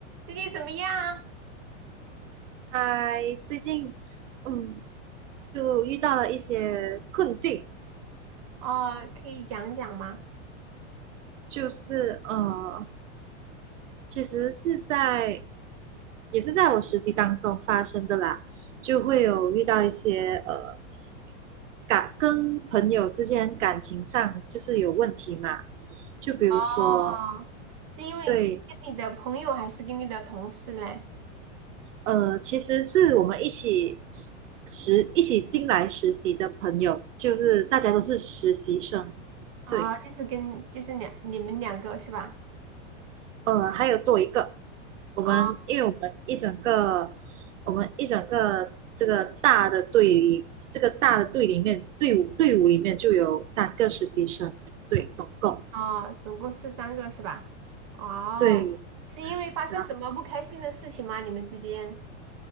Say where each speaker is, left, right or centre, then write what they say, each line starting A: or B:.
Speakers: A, on the right (about 25°); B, on the right (about 80°).
A: 最近怎么样？
B: 嗨，最近嗯，就遇到了一些困境，
A: 哦，可以讲讲吗？
B: 就是呃，其实是在也是在我实习当中发生的啦，就会有遇到一些呃，感跟朋友之间感情上就是有问题嘛，就比如说
A: 哦，是因为是跟你的朋友还是跟你的同事嘞？
B: 对呃，其实是我们一起实一起进来实习的朋友，就是大家都是实习生，
A: 啊、
B: 对。
A: 就是跟就是两你们两个是吧？
B: 呃，还有多一个，我们因为我们一整个，
A: 哦
B: 我们一整个这个大的队里，这个大的队里面，队伍队伍里面就有三个实习生，对，总共
A: 哦，总共是三个是吧？哦，
B: 对，
A: 是因为发生什么不开心的事情吗？
B: 然后
A: 你们之间，